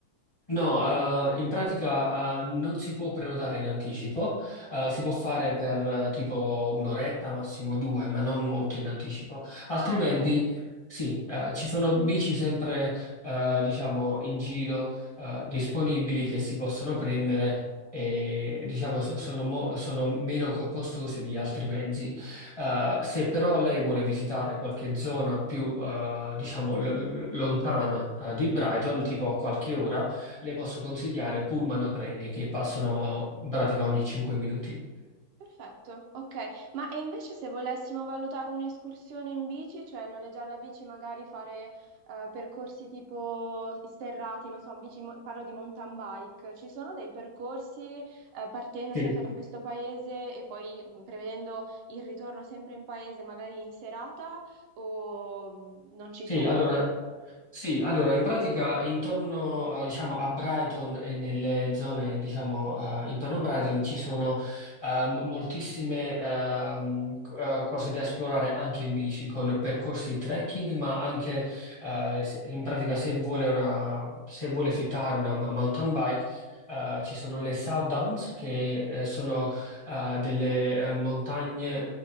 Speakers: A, on the left; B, on the right.
A: No, eh, in pratica, eh, non si può prenotare in anticipo, eh,
B: Ok?
A: si può fare per eh, tipo un'oretta, massimo due, ma non molto in anticipo. Altrimenti,
B: Ah, ok.
A: sì, eh, ci sono bici sempre, eh, diciamo, in giro, eh, disponibili che si possono prendere e, diciamo, so- sono, mo- sono meno co- costose di altri mezzi. Eh, se però lei vuole visitare qualche zona più, eh, diciamo, lo- lo- lontana, eh, di Brighton, tipo a qualche ora, le posso consigliare pullman o treni che passano in pratica ogni 5 minuti.
B: Perfetto, ok. Ma e invece se volessimo valutare un'escursione in bici, cioè noleggiare la bici, magari fare eh, percorsi tipo sterrati, non so, bici, mo- parlo di mountain bike, ci sono dei percorsi eh, partendo
A: Sì.
B: sempre da questo paese e poi mh, prevedendo il ritorno sempre in paese, magari in serata, o mh, non ci
A: Sì,
B: sono?
A: allora Sì, allora in pratica intorno eh, diciamo, a Brighton e nelle zone diciamo, eh, intorno a Brighton ci sono ehm, moltissime ehm, c- eh, cose da esplorare anche in bici con percorsi trekking, ma anche eh, se- in pratica se vuole, una, se vuole fittare una ma- mountain bike. eh, ci sono le South Downs che eh, sono eh, delle eh, montagne,